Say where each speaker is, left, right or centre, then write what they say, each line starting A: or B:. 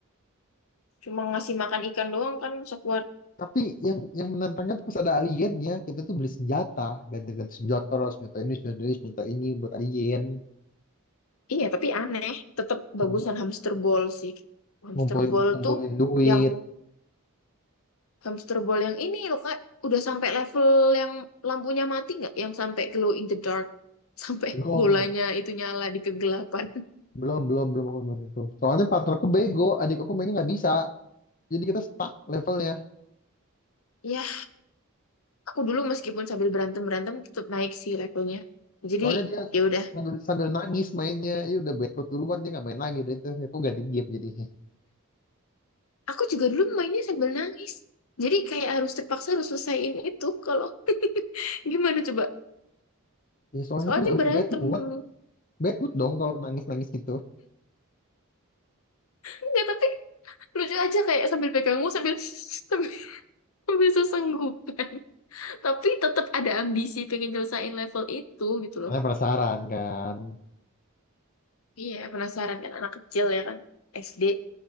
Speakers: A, on the left; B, on the left.
A: cuma ngasih makan ikan doang kan Insect
B: Tapi yang yang menantangnya tuh pas ada aliennya, kita tuh beli senjata, ganti-ganti senjata terus senjata ini, senjata ini, senjata ini buat alien.
A: iya tapi aneh tetap
B: Ngumpu-
A: bagusan hamster ball sih hamster
B: Ngumpulin
A: ball
B: ngumpulin
A: tuh
B: duit.
A: yang hamster ball yang ini loh kak udah sampai level yang lampunya mati nggak yang sampai glow in the dark <laughs> sampai
B: Belum,
A: bolanya itu nyala di kegelapan
B: belum, belum, belum, belum, belum itu. Soalnya partnerku bego, adik aku mainnya nggak bisa. Jadi kita stuck levelnya.
A: <laughs> ya aku dulu meskipun sambil berantem berantem tetap naik sih levelnya jadi
B: Soalnya dia
A: ya udah
B: sambil, sambil nangis mainnya, ya udah bad mood duluan dia nggak main lagi deh itu, itu ganti game jadinya.
A: aku juga dulu mainnya sambil nangis jadi kayak harus terpaksa harus selesaiin itu kalau <laughs> gimana coba
B: Ya soalnya
A: soalnya
B: kan udah
A: berantem
B: bad mood,
A: dulu
B: bad mood dong kalau nangis-nangis gitu.
A: enggak tapi lucu aja kayak sambil pegangmu sambil <laughs> sambil, sambil sesenggukan tapi tetap ada ambisi pengen nyelesain level itu gitu
B: Karena
A: loh
B: penasaran kan,
A: iya penasaran kan anak kecil ya kan SD